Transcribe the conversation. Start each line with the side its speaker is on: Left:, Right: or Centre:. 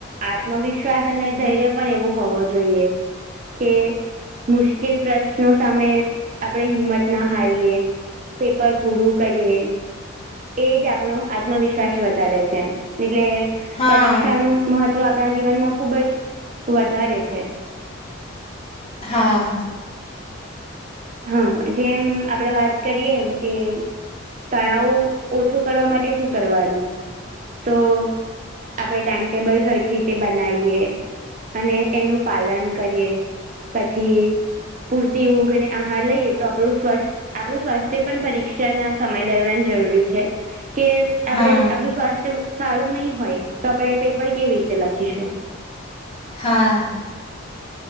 Right: આત્મવિશ્વાસ અને ધૈર્ય પણ એવું હોવો જોઈએ. કે મુશ્કેલ પ્રશ્નો સામે આપણે હિંમત ના હારીએ. પેપર પૂરું કરીએ એ જ આપ આપણો આત્મવિશ્વાસ વધારે છે એટલે
Left: હા
Right: પરીક્ષા નું. મહત્વ આપણા જીવનમાં ખુબ જ વધારે છે.
Left: હા.
Right: હા જેમ આપડે વાત કરીએ એમ કે તણાવ ઓછો કરવા માટે શું કરવાનું તો આપણે ટાઈમટેબલ સરખી રીતે બનાવીએ. અને એનું પાલન કરીએ પછી પૂરતી ઊંઘ ને હા લઈએ તો આપણું સ્વસ્થ આપણું સ્વાસ્થ્ય પણ પરીક્ષા ના સમય દરમિયાન જરૂરી છે કે આપણે
Left: હા
Right: આપણું સ્વાસ્થ્ય સારું નહી હોય તો આપણેે એ પેપર કેવી રીતે લખીશું.
Left: હા.